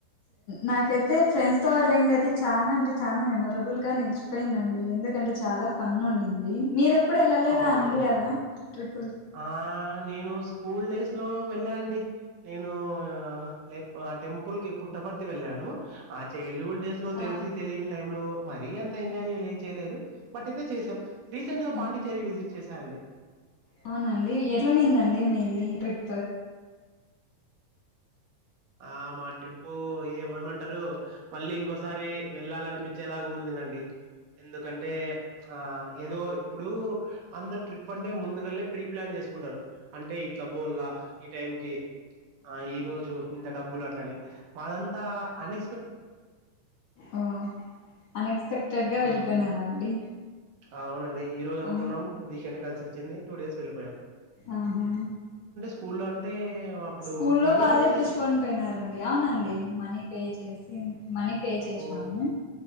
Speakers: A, on the left (about 65°); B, on the right (about 70°).
A: నాకైతే ఫ్రెండ్స్ తో వెళ్ళింది అయితే చానా అంటె చానా మెమరబుల్ గా నిలిచిపోయిందండి ఎందుకంటే చాలా ఫన్ ఉండింది మీరె ప్పుడు వెళ్ళలేదా
B: అవునవును
A: అండి అలా ట్రిప్
B: ఆ నేను స్కూల్ డేస్ లో వెళ్ళా అండి నేను లే ఆ టెంపుల్ కి పుట్టపర్తి వెళ్ళాండి ఆ చిల్డహుడ్ డేస్ లో
A: ఆ
B: తెలిసి తెలియని టై లో మరీ ఎంత ఎంజాయ్ చేయలే చేయలేదు బట్ అయితే చేసాం రీసెంట్గా పాండిచ్చేరి
A: ఆ
B: విజిట్ చేశాయండి
A: అవునండి ఎట్లానేందండి మీది ట్రిప్
B: ఆ మా ట్రిప్పు ఏమ ఏమంటారు మళ్ళీ ఇంకోసారి వెళ్ళాలనిపించేలాగా ఉండదండి ఎందుకంటే ఆ ఏదో ఇప్పుడు అందరు ట్రిప్ అంటే ముందుగాల్నే ప్రీప్లాన్ చేసుకుంటారు అంటే ఇట్లా బోల్లా ఈ టైం కి ఆ ఈ రోజు ఇంత డబ్బులు అట్లని మాదంతా అన్
A: ఓ అన్ఎక్స్పెక్టెడ్గా వెళ్ళిపోయినారా
B: హ్మ్.
A: అండి
B: అవునండి ఈ రోజు అనుకున్నాం
A: ఆ
B: వీకెండ్ కలిసి వచ్చింది టూ డేస్ వెళ్ళీపోయాం
A: ఆహా
B: స్కూల్ అంటే అప్పుడు
A: స్కూల్లో
B: మనీ
A: వాళ్ళే
B: పే చేసి
A: పిలుచుకొని పోయినారండి అవునండి మనీ పే చేసి మనీ పే చేసినాము
B: ఓ